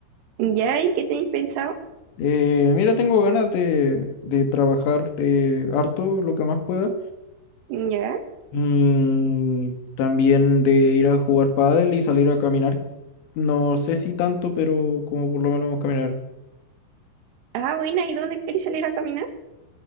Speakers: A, on the right; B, on the left.
A: ¿Ya? ¿Y qué tenéis pensado?
B: Eh, mira, tengo ganas de, de trabajar eh, harto, lo que más pueda.
A: ¿Ya?
B: Mm, también de ir a jugar pádel y salir a caminar. No sé si tanto, pero como por lo menos caminar
A: Ah, buena, ¿y dónde queréis salir a caminar?